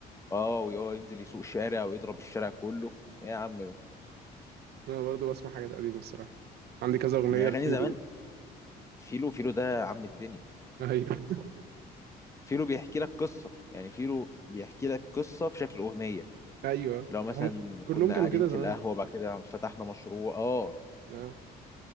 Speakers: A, on the left; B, on the right.
A: اه ويقعد ينزل يسوق الشارع ويضرب الشارع كله ايه يا عم ده
B: أنا برضو بسمع حاجات قديمة الصراحة عندي كذا أغنية
A: يعني اغاني
B: لفيلو
A: زمان
B: ده
A: فيلو فيلو ده عم الدنيا
B: أيوه <laughs>
A: فيلو بيحكي لك قصه يعني فيلو بيحكي لك قصه في شكل اغنيه
B: أيوه
A: لو مثلا
B: هم كلهم
A: كنا
B: كانوا
A: قاعدين
B: كده
A: في
B: زمان
A: القهوه بعد كده فتحنا مشروع اه
B: آه.